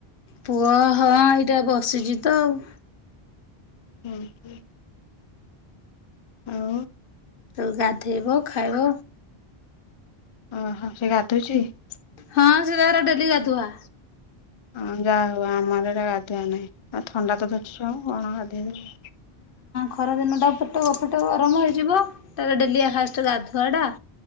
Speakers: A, on the left; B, on the left.
A: ପୁଅ ହଁ ଏଇଟା ବସିଛି ତ ଆଉ।
B: ହୁଁ ହୁଁ ଆଉ
A: ତୁଗାଧେବ ଖାଇବ
B: ଓହୋ ସେ ଗାଧଉଛି ।
A: ହଁ ସେ ତାର ଡେଲି ଗାଧୁଆ
B: ହଁ ଗା ହ ଆମରଟ ଗାଧୁଆ ନାଇ । ଆ ଥଣ୍ଡା ତ ଧରିଛି ଛୁଆଙ୍କୁ ଆଉ କଣ ଗାଧେଇ ବି
A: ଖରାଦିନ ଟା ପଟ ଫେଟ ଗରମ ହେଇଯିବ ତା ଡେଲି ଫାଷ୍ଟ ଗାଧୁଆ ଟା